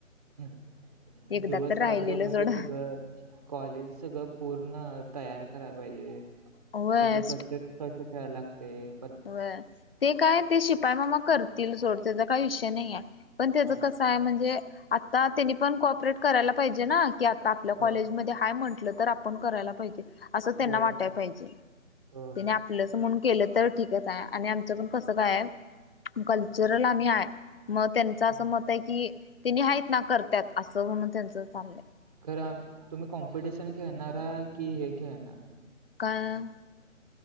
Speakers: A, on the right (about 30°); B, on the left (about 45°).
A: हम
B: एकदा
A: दिवस
B: तर राहिलेलं
A: रात्रमध्ये
B: सोड.
A: सगळं कॉलेज सगळं पूर्ण तयार कराय पाहिजे
B: होय
A: सगळं स्वच्छता स्वच्छता ठेव्हायला लागतय
B: वय, ते काय ते शिपायी मामा करतील सोड त्याचा काही विषय नाही. आहे पण त्यज
A: हां,
B: कस काय म्हणजे, आता त्यानी पण कोपरेट करायला पायजे ना, की आत्ता आपल्या कॉलेजमध्ये
A: होय,
B: हाय म्हण तर आपण करायला पाहिजे, असं त्यांना
A: होय,
B: वाटाय पाहिजे?
A: होय, होय.
B: आपलच म्हणून केलं तर ठीक आणि आमच पण कस काय कल्चरल आणी आय हे. मग त्यांच असं
A: हां.
B: मत आहे. की त्यांनी आहेत ना करतात असं म्हणून त्यांच चाललंय.
A: खरं तुम्ही कॉम्पिटिशन खेळणारा कि, हे खेळणारा
B: काय?